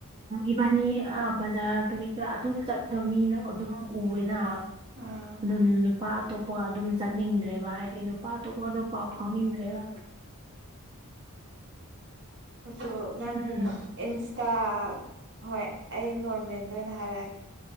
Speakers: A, on the right; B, on the right.
A: ꯏꯕꯥꯅꯤ ꯑꯥ ꯕꯖꯥꯔ ꯀꯔꯤ ꯀꯔꯥ ꯑꯗꯨꯝ ꯆꯠꯄꯗꯣ ꯃꯤꯅ ꯑꯗꯨꯝ ꯎꯋꯦꯅ
B: ꯑꯥ
A: ꯑꯗꯨ ꯅꯨꯄꯥ ꯑꯇꯣꯞꯄꯒ ꯑꯗꯨꯝ ꯆꯠꯅꯤꯡꯗ꯭ꯔꯦꯕ ꯍꯥꯏꯗꯤ ꯅꯨꯄꯥ ꯑꯇꯣꯞꯄꯒ ꯑꯗꯨ ꯄꯥꯎ ꯐꯥꯎꯅꯤꯡꯗ꯭ꯔꯦꯕ
B: ꯑꯗꯨ ꯅꯪ
A: ꯎꯝ
B: ꯏꯟꯁꯇꯥ ꯍꯣꯏ ꯑꯩ ꯅꯣꯔꯃꯦꯜꯗ ꯑꯣꯏꯅ ꯍꯥꯏꯔꯛꯑꯒꯦ